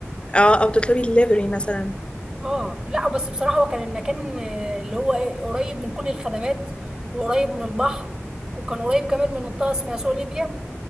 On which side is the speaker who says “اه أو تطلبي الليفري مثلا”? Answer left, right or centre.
Left